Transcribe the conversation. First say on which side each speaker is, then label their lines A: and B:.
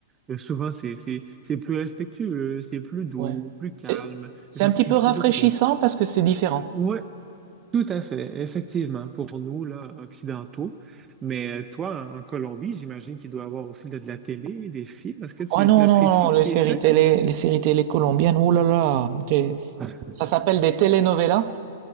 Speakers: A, on the right; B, on the right.
A: Euh, souvent, c'est, c'est, c'est plus respectueux, c'est plus doux,
B: Ouais.
A: plus calme.
B: C'est, c'est
A: J'apprécie
B: un petit peu rafraîchissant
A: beaucoup.
B: parce que c'est différent.
A: Ouais, Tout à fait, effectivement, pour nous, là, occidentaux. Mais euh, toi, en en Colombie, j'imagine qu'il doit y avoir aussi de de la télé, des films. Est-ce que tu
B: Oh non,
A: t'apprécies
B: non, non,
A: ce
B: les
A: qui
B: séries
A: est fait?
B: télé, les séries télé colombiennes, oh là là, des-
A: <laughs>
B: ça s'appelle des telenovelas.